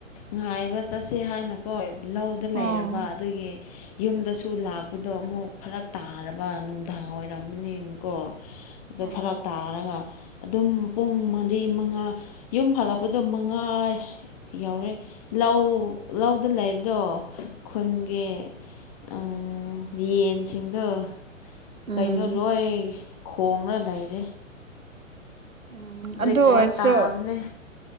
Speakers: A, on the left; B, on the right.
A: ꯉꯥꯏꯕ ꯆꯠꯁꯦ ꯍꯥꯏꯅ ꯍꯣꯏ ꯂꯧꯗ ꯂꯩꯔꯕ
B: ꯎꯝ
A: ꯑꯗꯨꯒꯤ ꯌꯨꯝꯗꯁꯨ ꯂꯥꯛꯄꯗꯣ ꯑꯃꯨꯛ ꯐꯔꯛ ꯇꯥꯔꯕ ꯅꯨꯡꯗꯥꯡ ꯑꯣꯏꯔꯝꯃꯅꯤꯅꯀꯣ ꯑꯗꯨ
B: ꯑꯪ
A: ꯐꯔꯛ ꯇꯥꯔꯒ ꯑꯗꯨꯝ ꯄꯨꯡ ꯃ ꯔꯤ ꯃꯉꯥ ꯌꯨꯝ ꯍꯜꯂꯛꯄꯗꯣ ꯃꯉꯥ ꯌꯧꯔꯦ ꯂꯧ ꯂꯧꯗ ꯂꯩꯕꯗꯣ ꯈꯨꯟꯒꯤ ꯑꯪ ꯌꯦꯟꯁꯤꯡꯗꯣ ꯀꯩꯅꯣ
B: ꯎꯝ
A: ꯂꯣꯏ ꯈꯣꯡꯔ ꯂꯩꯔꯦ
B: ꯎꯝ ꯑꯗꯨ
A: ꯔꯦꯀꯣꯔꯠ
B: ꯑꯣꯏꯔꯁꯨ
A: ꯇꯥꯕꯅꯦ